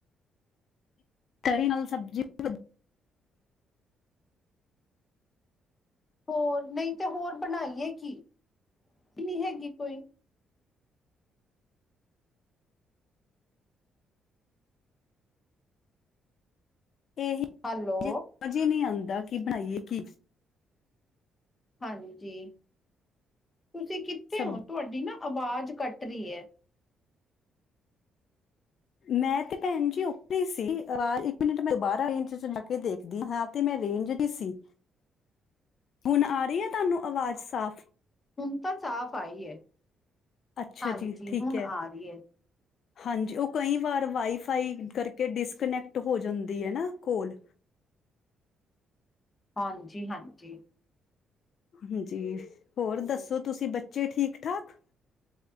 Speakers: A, on the left; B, on the left.
A: ਤਰੀ ਨਾਲ ਸਬਜ਼ੀ ਵਧੀਆ।
B: ਹੋਰ ਨਹੀਂ ਤੇ ਹੋਰ ਬਣਾਈਏ ਕੀ, ਨੀ ਹੈਗੀ ਕੋਈ
A: ਏਹੀ।
B: ਹੈਲੋ।
A: ਸਮਝ ਹੀ ਨੀ ਆਉਂਦਾ ਕੀ ਬਣਾਈਏ ਕੀ
B: ਹਾਂਜੀ, ਤੁਸੀਂ ਕਿੱਥੇ
A: ਸਬ
B: ਹੋ ਤੁਹਾਡੀ ਨਾ ਆਵਾਜ਼ ਕੱਟ ਰਹੀ ਹੈ।
A: ਮੈਂ ਤੇ ਭੈਣ ਜੀ ਉੱਥੇ ਹੀ ਸੀ ਰਾ ਇੱਕ ਮਿੰਟ ਮੈਂ ਬਾਰ ਆ ਗਈ ਸੀ ਤੁਸੀਂ ਬਾਕੀ ਦੇਖ ਦੀ ਹਾਂ ਤੇ ਮੈਂ ਰੇਂਜ ਦੀ ਸੀ।
B: <inaudible>
A: ਹੁਣ ਆ ਰਹੀ ਆ ਤੁਹਾਨੂੰ ਅਵਾਜ਼ ਸਾਫ਼।
B: ਹੁਣ ਤਾਂ ਸਾਫ਼ ਆਈ ਹੈ।
A: ਅੱਛਾ
B: ਹਾਂਜੀ
A: ਜੀ ਠੀਕ
B: ਹੁਣ
A: ਹੈ
B: ਆ ਰਹੀ ਹੈ।
A: ਹਾਂਜੀ, ਉਹ ਕਈ ਵਾਰ ਵਾਈਫਾਈ ਕਰਕੇ ਡਿਸਕਨੈਕਟ ਹੋ ਜਾਂਦੀ ਆ ਨਾ ਕੋਲ।
B: ਹਾਂਜੀ-ਹਾਂਜੀ।
A: ਹਾਂਜੀ, ਹੋਰ ਦੱਸੋ ਤੁਸੀਂ ਬੱਚੇ ਠੀਕ- ਠਾਕ?